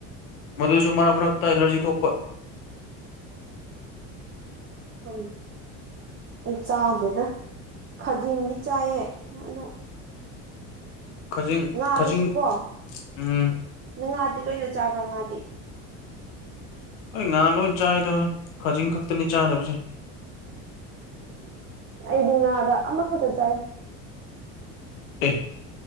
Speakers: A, on the left; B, on the right.
A: ꯃꯗꯨꯁꯨ ꯃꯔꯛ
B: ꯎꯝ
A: ꯃꯔꯛꯇ ꯑꯦꯂꯔꯖꯤ ꯊꯣꯛꯄ
B: ꯍ ꯑꯩ ꯆꯥꯗꯦꯗ ꯈꯖꯤꯡꯗꯤ ꯆꯥꯏꯌꯦ ꯑꯗꯣ
A: ꯈꯥꯖꯤꯡ
B: ꯉꯥꯗꯁꯨ
A: ꯈꯥꯖꯤꯡ
B: ꯀꯣ
A: ꯎꯝ
B: ꯉꯥ ꯂꯣꯏꯅ ꯆꯥꯕ꯭ꯔꯥ ꯉꯥꯗꯤ
A: ꯑꯩ ꯉꯥ ꯂꯣꯏ ꯆꯥꯏ ꯇꯧꯋꯦ ꯈꯥꯖꯤꯡ ꯈꯛꯇꯅꯤ ꯆꯥꯗꯕꯁꯦ
B: ꯑꯩꯗꯤ ꯉꯥꯗ ꯑꯃꯈꯛꯇ ꯆꯥꯏ
A: ꯑꯦ